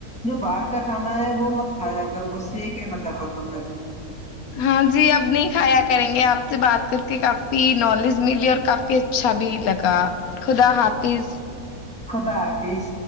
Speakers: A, in the centre; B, on the left.
A: جو باہر کا کھانا ہے وہ مت کھایا کروں بس یہ کہنا چاہتا ت میں تو
B: ہاں جی اب نہیں کھایا کریں گے آپ سے بات کر کے کافی نالج ملی اور کافی اچھا بھی لگا خدا حافظ
A: خدا حافظ